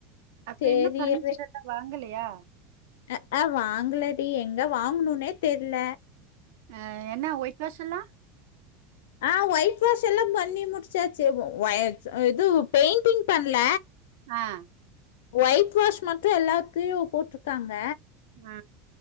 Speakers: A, on the right; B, on the left.
A: அப்ப
B: தெரியவே
A: இன்னும் பர்னிச்சர் எல்லாம் வாங்கலையா?
B: அ அ வாங்கலடி எங்க வாங்கணுனே தெர்ல
A: அ என்ன ஒயிட் வாஷ் எல்லா
B: ஆ ஒயிட் வாஷ் எல்லா பண்ணி முடிச்சாச்சு ஒ ஒய் இது பெயிண்டிங் பண்ல
A: ஆ
B: ஒயிட் வாஷ் மட்டு எல்லாத்லயு போட்ருக்காங்க
A: அ